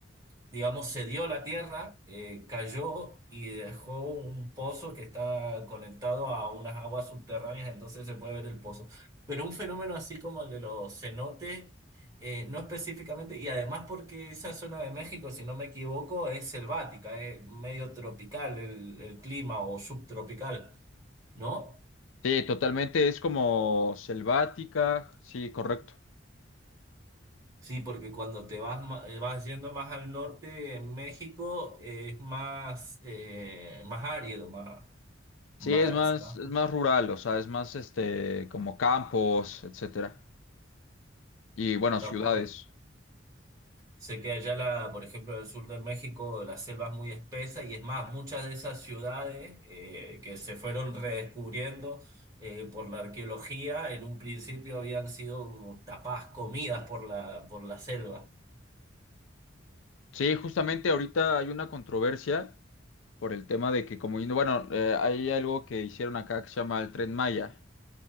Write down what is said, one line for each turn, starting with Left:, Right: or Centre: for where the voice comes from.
Right: digamos, cedió la tierra, eh, cayó y dejó un pozo que está conectado a unas aguas subterráneas, entonces se puede ver el pozo. Pero un fenómeno así como el de los cenotes, eh, no específicamente, y además porque esa zona de México, si no me equivoco, es selvática, es medio tropical el, el clima o subtropical, ¿no?
Left: Sí, totalmente es como selvática. Sí, correcto.
Right: Sí, porque cuando te vas, ma- eh, vas yendo más al norte, en México eh, es más, eh, más árido, más,
Left: Sí,
Right: Va,
Left: es más,
Right: se va.
Left: es más rural, o sea, es más este como campos, etcétera. Y bueno,
Right: Campo-
Left: ciudades.
Right: Sé que allá, la, por ejemplo, en el sur de México, la selva es muy espesa y es más, muchas de esas ciudades eh, que se fueron redescubriendo eh, por la arqueología, en un principio habían sido como tapadas, comidas por la, por la selva.
Left: Sí, justamente ahorita hay una controversia por el tema de que como, bueno, eh, hay algo que hicieron acá que se llama el Tren Maya.